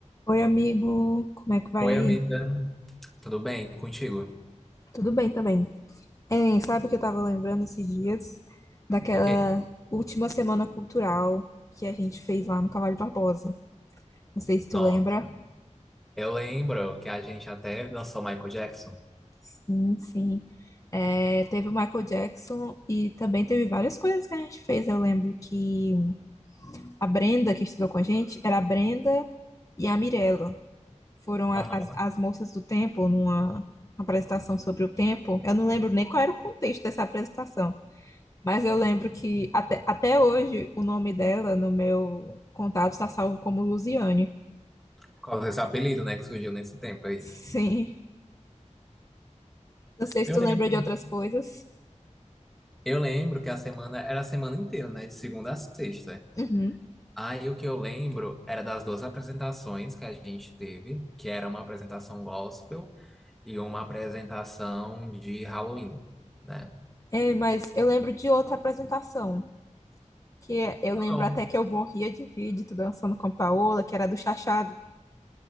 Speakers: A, on the left; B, in the centre.
A: Oi, amigo, como é que vai
B: Oi,
A: aí?
B: amiga. Tudo bem contigo?
A: Tudo bem também. Hein, sabe que eu tava lembrando esses dias daquela
B: O quê?
A: última semana cultural que a gente fez lá no Cavalho Barbosa. Não sei se tu
B: Nossa,
A: lembra.
B: eu lembro que a gente até dançou Michael Jackson.
A: Sim, sim. É, teve o Michael Jackson e também teve várias coisas que a gente fez. Eu lembro que a Brenda, que estudou com a gente, era a Brenda e a Mirella. Foram a-
B: Aham.
A: as, as moças do tempo numa apresentação sobre o tempo. Eu não lembro nem qual era o contexto dessa apresentação. Mas eu lembro que até, até hoje o nome dela no meu contato está salvo como Lusiane.
B: Por causa desse apelido, né, que surgiu nesse tempo aí.
A: Sim. Não sei
B: Eu
A: se tu
B: lembro.
A: lembra de outras coisas.
B: Eu lembro que a semana era a semana inteira, né, de segunda a sexta.
A: Uhum.
B: Aí o que eu lembro era das duas apresentações que a gente teve, que era uma apresentação gospel e uma apresentação de Halloween, né?
A: É, mas eu lembro de outra apresentação, que é- eu
B: Qual?
A: lembro até que eu morria de rir de tu dançando com a Paola, que era do Chachado.